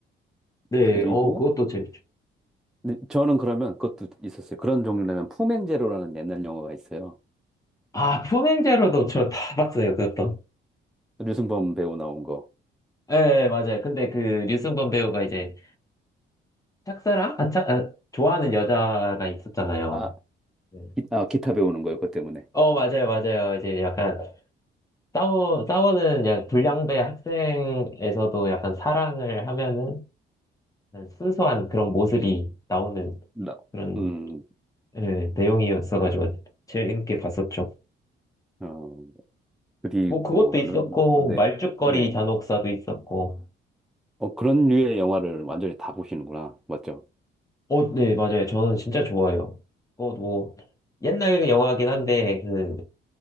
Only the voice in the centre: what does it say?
그리고
근데 저는 그러면 그것도 있었어요. 그런 종류라면 품행제로라는 옛날 영화가 있어요.
류승범 배우 나온 거.
아,
기, 아, 기타 배우는 거예요. 그것 때문에.
나,
음,
어, 그리고는
뭐, 네,
네.
어, 그런 류의 영화를 완전히 다 보시는구나. 맞죠?